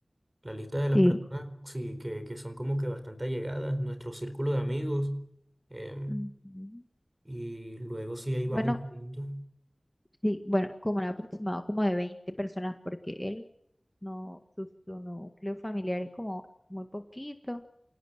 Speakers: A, on the right (about 35°); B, in the centre.
A: La lista de las
B: Sí.
A: personas, sí, que, que son como que bastante allegadas, nuestro círculo de amigos, em,
B: Ujú.
A: y luego sí ahí
B: Bueno,
A: vamos viendo.
B: sí, bueno, como un aproximado como de 20 personas, porque él no, su, su núcleo familiar es como muy poquito